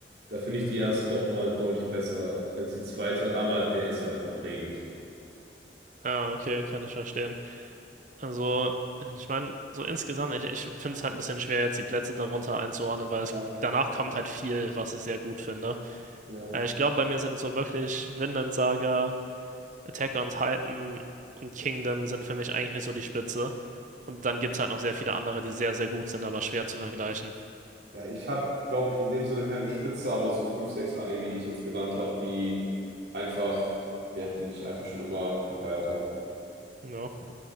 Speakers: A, on the right; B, on the right.
A: Da finde ich die erste doch mal deutlich besser als die zweite, aber der ist halt einfach prägend.
B: Ah, okay, kann ich verstehen. Also, ich meine, so insgesamt, ich, ich finde es halt ein bisschen schwer, jetzt die Plätze darunter einzuordnen, weil
A: Ja,
B: es, danach kommt halt viel, was ich sehr gut finde.
A: ja.
B: Äh, ich glaube, bei mir sind es so wirklich Vinland Saga, Attack on Titan und Kingdom sind für mich eigentlich nicht so die Spitze. Und dann gibt es halt noch sehr viele andere, die sehr, sehr gut sind, aber schwer zu vergleichen.
A: Ja, ich habe, glaube ich, in dem Sinne keine Spitze, aber so fünf, sechs Anime, die ich jetzt genannt habe, die einfach, ja, die ich einfach schon immer gefeiert habe.
B: Ja.